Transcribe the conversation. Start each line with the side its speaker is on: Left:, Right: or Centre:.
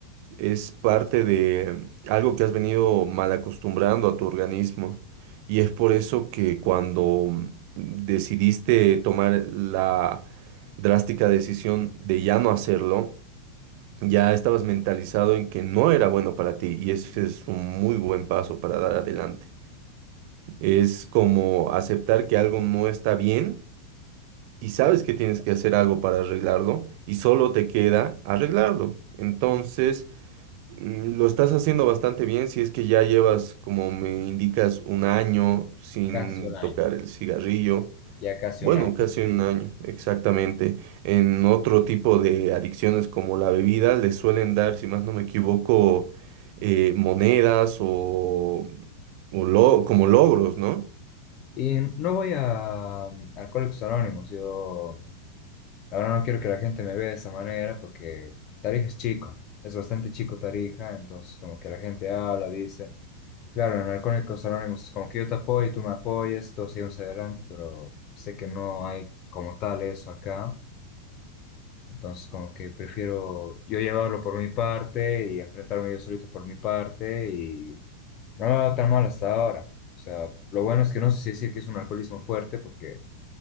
Right: es parte de algo que has venido mal acostumbrando a tu organismo. Y es por eso que cuando mm, decidiste tomar la drástica decisión de ya no hacerlo, ya estabas mentalizado en que no era bueno para ti. Y ese es un muy buen paso para dar adelante. Es como aceptar que algo no está bien y sabes que tienes que hacer algo para arreglarlo y solo te queda arreglarlo. Entonces... Mm, Lo estás haciendo bastante bien si es que ya llevas, como me indicas, un año sin
Left: Casi un año,
Right: tocar el cigarrillo.
Left: ya casi
Right: Bueno,
Left: un año.
Right: casi un año, exactamente. En otro tipo de adicciones como la bebida, les suelen dar, si más no me equivoco, eh, monedas o, o lo- como logros, ¿no?
Left: Y no voy a um, Alcohólicos Anónimos. Yo, la verdad, no quiero que la gente me vea de esa manera porque Tarija es chico, es bastante chico Tarija. Entonces, como que la gente habla, dice. Claro, en Alcohólicos Anónimos es como que yo te apoyo, tú me apoyas, todos seguimos adelante, pero sé que no hay como tal eso acá. Entonces, como que prefiero yo llevarlo por mi parte y enfrentarme yo solito por mi parte y no me va tan mal hasta ahora. O sea, lo bueno es que no sé si decir que es un alcoholismo fuerte porque